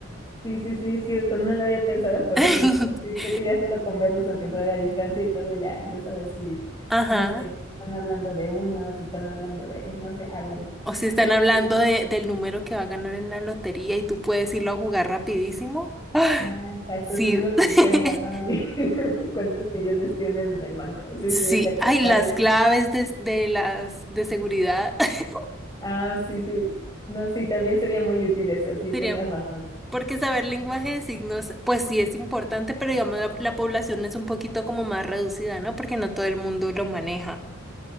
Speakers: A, on the left (about 20°); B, in the centre.
A: sí, sí, sí, cierto, no lo había pensado por
B: <laughs>
A: ese modo. Sí, creo que ya solo con verlos, aunque sea a la distancia y todo, ya yo saber si,
B: Ajá.
A: no sé, si están hablando de uno, si están hablando de, no sé, algo, ¿no?
B: O
A: <laughs>
B: si están
A: Sí,
B: hablando
A: sí.
B: de- del número que va a ganar en la lotería y tú puedes irlo a jugar rapidísimo. ¡Ah!
A: Ah, exacto,
B: Sí.
A: su número
B: <laughs>
A: de cuenta, ¿no? Y <laughs> cuántos millones tienen en el banco. Sí,
B: Sí,
A: sí, exacto,
B: ay,
A: también.
B: las claves de, de las de seguridad. <laughs>
A: Ah, sí, sí. No, sí, también sería muy útil eso, sí,
B: Sería,
A: tienes razón.
B: porque saber lenguaje de signos, pues sí es importante, pero digamos la, la población es un poquito como más reducida, ¿no? Porque no todo el mundo lo maneja.